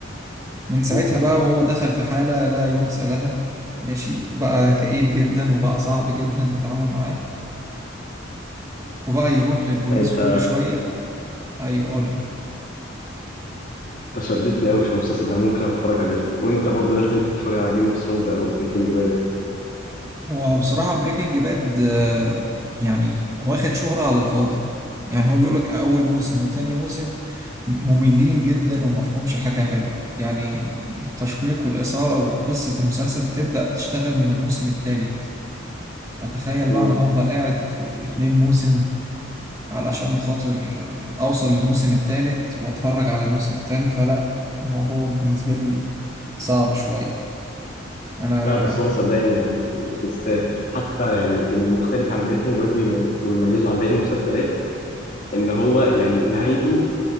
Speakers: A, on the right (about 15°); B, on the left (about 40°).
A: من
B: اوه
A: ساعتها بقى وهو دخل في حالة لا يرثى لها ماشي وبقى كئيب جدا وبقى صعب جدا التعامل معاه وبقى يروح للبوليس
B: لا انت
A: كل شوية أيوه قول لي
B: انت شدتني قوي في المسلسل ده ممكن اتفرج عليه وانت برضو لازم تتفرج على جيم اوف ثرونز او بريكنج باد
A: هو بصراحة بريكنج باد يعني واخد شهرة على الفاضي يعني هو بيقولك أول موسم وتاني موسم مملين جدا ومفهومش حاجة حلوة يعني التشويق والإثارة وقصة المسلسل بتبدأ تشتغل من الموسم التالت فتخيل
B: امم
A: بقى أنا هفضل قاعد اتنين موسم علشان خاطر أوصل للموسم التالت وأتفرج على الموسم التالت فلا الموضوع بالنسبة لي صعب شوية أنا
B: لا بس هو صدقني يعني يستاهل حتى يعني المختلف عن بريكنج باد ويميزه عن باقي المسلسلات ان هو يعني نهايته